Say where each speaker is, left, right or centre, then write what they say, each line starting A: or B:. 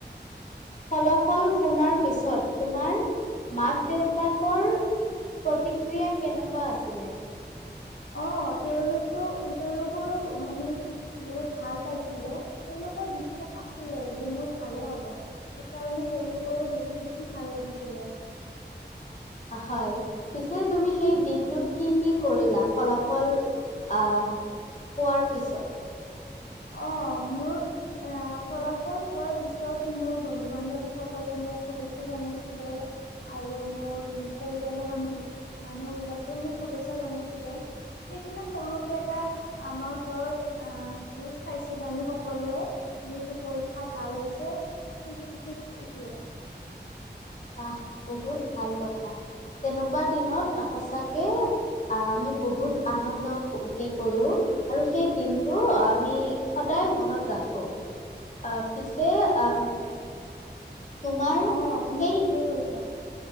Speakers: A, on the left; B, on the left.
A: ফলাফল শুনাৰ পিছত, তোমাৰ মাক দেউতাকৰ। প্ৰতিক্ৰিয়া কেনেকুৱা আছিলে?
B: অ তেওঁলোকেও তেওঁলোকৰো মানে বহুত ভাল পাইছিলে। তেওঁলোক। ক বিশ্বাস আছিলে যে মোৰ ভালে হব সেইকাৰণে তেওঁলোকৰো বহুত বেছি ভাল লাগিছিল। লে।
A: হয় পিছে তুমি সেই দিনটোত কি কি কৰিলা ফলাফল। আহ পোৱাৰ পিছত।
B: অ মোৰ এ ফলাফল পোৱাৰ পিছত মোৰ বন্ধু বান্ধৱীসকলে ম- মোক শুভেচ্ছা জনাইছিলে আৰু মোৰ যোন পৰিয়ালৰ মানুহ। মানুহ বিলাকে মোক শুভেচ্ছা জনাইছিলে। সেইদিনা সৰুকে এটা আমাৰ ঘৰত আ। ভোজ খাইছিলো, আমি সকলোৱে যিহেতু পৰীক্ষা ভাল হৈছে। সেই সেই এইটোৱে।
A: বাহ বহুত ভাল কথা। তেনেকোৱা দিনত সঁচাকে আহ আমি বহুত আনন্দ ফূৰ্তি কৰোঁ। আৰু সেই দিনটো আমি সদায় মনত ৰাখো। আহ পিছে আহ তোমাৰ
B: অ তুমি
A: সেই
B: ঠিকেই কৈছা।